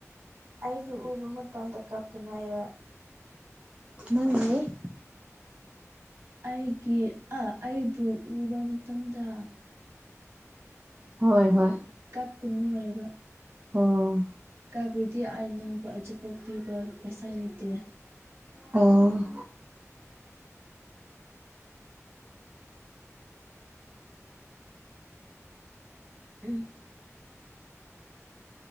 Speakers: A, on the right; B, on the right.
A: ꯑꯩꯕꯨ ꯎꯕ ꯃꯇꯝꯗ ꯀꯞꯀꯅꯩꯑꯕ
B: ꯅꯪꯦ <unintelligible>
A: ꯑꯩꯒꯤ ꯑꯩꯕꯨ ꯎꯕ ꯃꯇꯝꯗ
B: ꯍꯣꯏ ꯍꯣꯏ꯫
A: ꯀꯞꯄꯨꯅꯨ ꯑꯣꯏꯕ꯭ꯔꯥ꯫
B: ꯑꯣ
A: ꯀꯥꯕꯨꯗꯤ ꯑꯥꯏ ꯅꯪꯕꯨ ꯑꯆꯥꯄꯣꯛ ꯄꯤꯕ ꯄꯩꯁꯥ ꯂꯩꯇꯦ
B: ꯑꯣ꯫
A: <unintelligible>